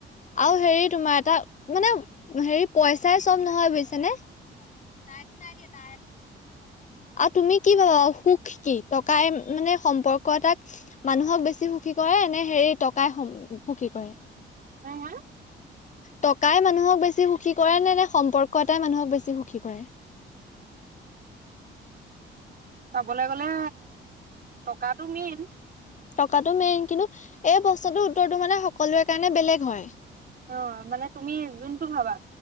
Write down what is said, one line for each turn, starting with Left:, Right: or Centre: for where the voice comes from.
Left: আৰু হেৰি তোমাৰ এটা মানে হেৰি পইচাই চব নহয় বুজিছেনেে তাইটোো চাইতিয়া ত আৰু তুমি কি পাবা সুখ কি টকাই মানে সম্পৰ্ক এটাক মানুহক বেছি সুখী কৰে নে হেৰি টকাই সুখী কৰে
Right: অ হা
Left: টকাই মানুহক বেছি সুখী কৰে নে নে সম্পৰ্ক এটাই মানুহক বেছি সুখী কৰে
Right: চাবলৈ গ'লে টকাাতটো মেইন
Left: টকাটো মেইন কিন্তু এই প্ৰশ্নটোৰ উত্তৰটো মানে সকলোৰে কাৰণে বেলেগ হয়
Right: অ মানে তুমি যোনটো ভাবা